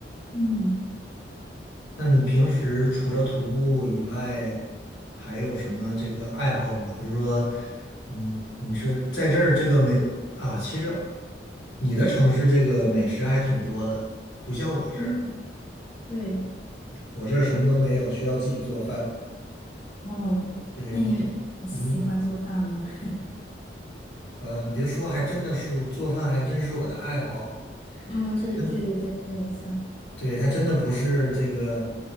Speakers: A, on the left; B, on the left.
A: 嗯
B: 那你平时除了徒步以外，还有什么这个爱好吗？比如说，你你这在这儿这个美啊，其实你的城市这个美食还挺多的，不像我这儿。
A: 嗯，对，
B: 我这儿什么都没有，需要自己做饭。
A: 哦，
B: 对你，
A: 那你你喜欢做饭吗？
B: 嗯
A: <laughs>
B: 嗯，别说，还真的是做饭，还真是我的爱好。
A: 嗯，这对对对，
B: 真，
A: 这也算，
B: 对，它真的不是这个